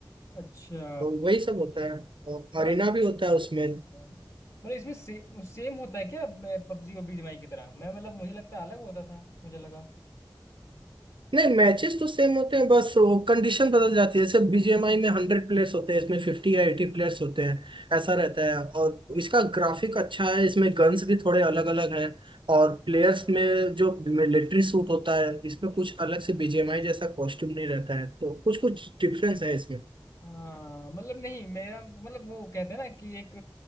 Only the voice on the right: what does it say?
और वही सब होता है और
अरेना भी होता है उसमें
नहीं मैचेस तो सेम होते हैं बस वो कंडीशन बदल जाती है जैसे बीजीएमआई में हंड्रेड प्लेयर्स होते हैं इसमें फिफ्टी या एटी प्लेयर्स होते हैं ऐसा रहता है और इसका ग्राफिक अच्छा है इसमें गन्स भी थोड़े अलग अलग हैं और
प्लेयर्स में जो मिलिट्री सूट होता है इसमें कुछ अलग से बीजीएमआई जैसा कॉस्ट्यूम नहीं रहता है तो कुछ कुछ डिफरेंस है इसमें